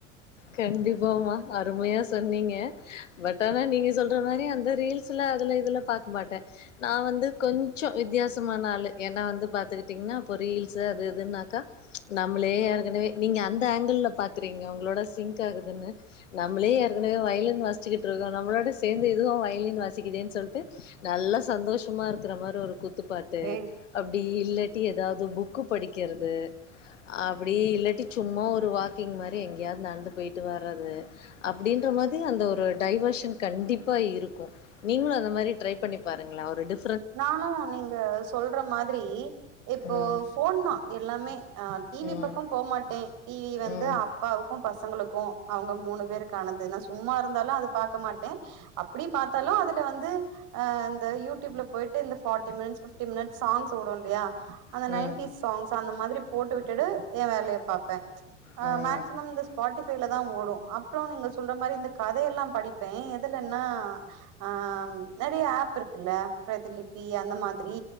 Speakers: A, on the left; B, on the right.
A: கண்டிப்பாமா அருமையா சொன்னீங்க பட் ஆ னா நீங்க சொல்ற மாரி அந்த ரீல்ஸ்ல அதுல இதுல பாக்க மாட்டே நா வந்து கொஞ்சோ வித்தியாசமான ஆளு ஏன்னா வந்து பாத்துக்கிட்டீங்கன்னா இப்போ ரீல்ஸ் அது எதுனாக்கா நம்மளே ஏற்கனவே நீங்க அந்த ஆங்கிள்ல பாக்குறீங்க உங்களோட சிங்க் ஆகுதுன்னு நம்மளே ஏற்கனவே வயலின் வசிச்சுக்கிட்டு இருக்கோ நம்மளோட சேந்து இதுவு வயலின் வாசிக்குதேன்னு சொல்லுட்டு நல்ல சந்தோஷமா இருக்குற மாரி ஒரு குத்துப்பாட் டு
B: ஏய்
A: அப்டி இல்லாட்டி ஏதாவது புக்கு படிக்கிறது அப்டி இல்லாட்டி சும்மா ஒரு வாக்கிங் மாரி எங்கேயாவது நடந்து போய்ட்டு வர்றது அப்டின்ற மாரி அந்த ஒரு டைவர்ஷன் கண்டிப்பா இருக்கு நீங்களு அந்த மாரி ட்ரை பண்ணி பாருங்களே ஒரு ட்ரி
B: நானு நீங்க சொல்ற மாதிரி இப்போ
A: ம்,
B: ஃபோன் தா எல்லாமே அ டிவி
A: ம்,
B: பக்கோ போமாட்டே டி வி வந்து
A: ம்,
B: அப்பாவுக்கு பசங்களுக்கு அவங்க மூணு பேருக்கு ஆனது நா சும்மா இருந்தாலு அது பாக்க மாட்டே அப்டி பாத்தாலு அதுல வந்து அ இந்த யூ டியூப்ல போயிட்டு இந்த forty minutes, fifty minute songs ஓடுல்லயா அந்த
A: ம்,
B: நைன்டிஸ்
A: ம்,
B: சாங்ஸ் அந்த மாதிரி போட்டு விட்டுட்டு எ வேலய பாப்பே அ
A: ம்.
B: மேக்சிமம் இந்த ஸ்பாட்டிபைல தா ஓடோ அப்றோ நீங்க சொல்ற மாரி இந்த கதையெல்லா படிப்பே எதுலனா ஆ நெறைய அப் இருக்குல்ல பிரதிலிபி அந்த மாதிரி